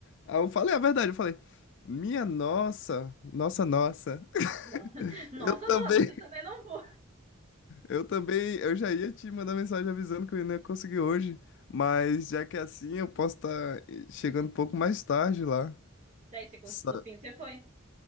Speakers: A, on the left; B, on the right.
A: Aí eu falei a verdade, eu falei, minha nossa, nossa, nossa.
B: <laughs> Nossa,
A: Eu também,
B: nossa, porque eu também não vou.
A: <laughs> eu também, eu já ia te mandar mensagem avisando que eu não ia conseguir hoje, mas já que é assim, eu posso estar chegando um pouco mais tarde lá.
B: Daí você cons-
A: Sa-
B: no fim você foi.